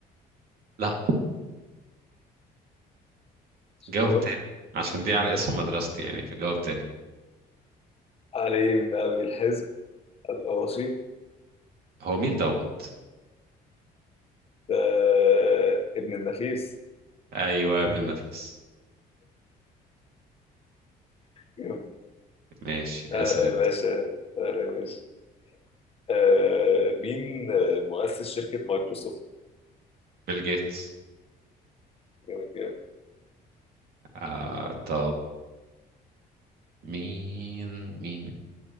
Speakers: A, on the right (about 65°); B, on the left (about 35°).
A: لا
B: شوف
A: جاوب تاني عشان دي على اسم مدرستي يعني فجاوب تاني
B: علي بن ابي الحزب القرشي
A: هو مين دوت
B: ده ابن النفيس
A: ايوه يا ابن النفيس
B: جامد.
A: ماشي
B: اهلا
A: اسال انت
B: يا باشا اهلا يا باشا آه مين آه، مؤسس شركة مايكروسوفت؟
A: بيل جيتس
B: جامد جامد.
A: آه طب مين مين مين